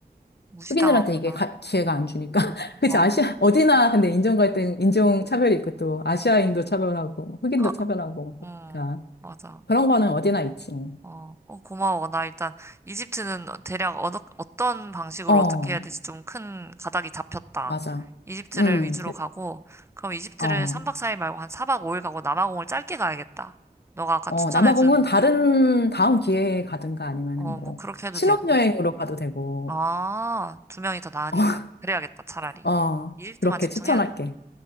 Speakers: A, on the right (about 15°); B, on the left (about 80°).
A: 무시당하구나.
B: 흑인들한테 이게 가- 기회가 안 주니까. <laughs> 그치,
A: 어,
B: 아시아, 어디나 근데 인종 갈등, 인종 차별이 있고, 또 아시아인도 차별하고, 흑인도
A: 하,
B: 차별하고, 그러니까.
A: 음, 맞아.
B: 그런 거는 어디나 있지. 뭐.
A: 어, 어, 고마워. 나 일단 이집트는 대략 어느, 어떤 방식으로
B: 어,
A: 어떻게 해야 될지 좀 큰 가닥이 잡혔다.
B: 맞아.
A: 이집트를
B: 음.
A: 위주로 가고, 그럼 이집트를
B: 어,
A: 3박 4일 말고 한 4박 5일 가고 남아공을 짧게 가야겠다. 너가 아까
B: 어,
A: 추천해준
B: 남아공은 다른, 다음 기회에 가든가 아니면은
A: 어,
B: 뭐,
A: 뭐 그렇게 해도
B: 신혼여행으로
A: 되고.
B: 가도 되고,
A: 아, 두 명이 더 나으니까.
B: <laughs>
A: 그래야겠다, 차라리.
B: 어,
A: 일트만
B: 그렇게
A: 집중해야겠다.
B: 추천할게.